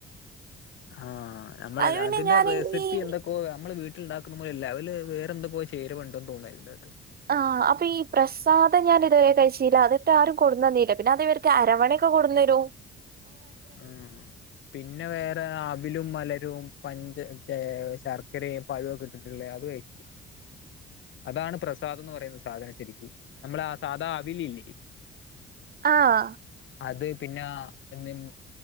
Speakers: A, on the left; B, on the right.
A: ആഹ് നമ്മള
B: അത് പിന്നെ
A: അതിന്റെ
B: ഞാൻ
A: റെസിപ്പി
B: ഈ
A: എന്തൊകോ അം നമ്മൾ വീട്ടിലുണ്ടാക്കുന്നമ്മൾ ലെവല് വേറെ എന്ത പോ ചേരുവണ്ടെന്ന് തോന്നിയതിന്റെകത്ത്
B: ആഹ് അപ്പൊ ഈ പ്രസാദം ഞാൻ ഇതുവരെ കഴിച്ചില്ല അതിട്ട ആരും കൊടു തന്നീല്ല പിന്നെ അത്വർക്ക് അരവണ ക്ക കൊടുന്നരു
A: ആഹ് പിന്നെ വേറെ അവിലും മലരും പഞ്ച ശർക്കരയും പഴുവൊക്കെ ഇട്ടിട്ടുള്ളേ അത് കഴി അതാണ് പ്രസാദംന്ന് പറയുന്ന സാധന ശരിക്ക നമ്മൾ ആ സാധ അവിലില്ലേ
B: ആഹ്
A: അത് പിന്നെ ആ <unintelligible>